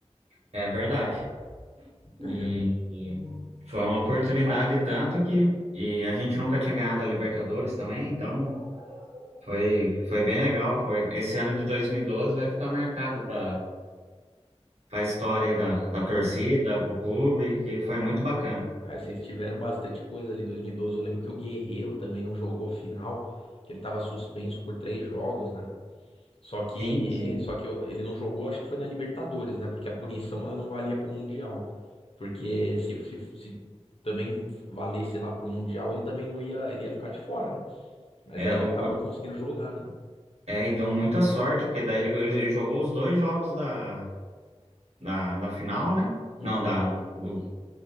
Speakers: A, on the right; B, on the left.
A: é verdade.
B: Entendeu?
A: E, e foi uma oportunidade tanto que e a gente nunca tinha ganhado a Libertadores também, então Foi, foi bem legal, foi. Esse ano de 2012 vai ficar marcado para a história aí da, da
B: É,
A: torcida, para o clube, que foi muito bacana.
B: aí vocês tiveram bastante coisa ali em 2012. Eu lembro que o Guerreiro também não jogou a final, que ele tava suspenso por três jogos, né? Só que,
A: Sim, sim.
B: só que ele não jogou, acho que foi na Libertadores, né? Porque a punição ela não valia pro Mundial. Porque se, se, se também valesse lá pro Mundial, ele também não ia, ele ia ficar de fora, né? Mas
A: É,
B: aí
A: o-
B: ele acabou conseguindo jogar, né?
A: é, e deu muita sorte, porque daí ele, ele jogou os dois jogos da, da, da final, né?
B: Uhum.
A: Não, da, do, do,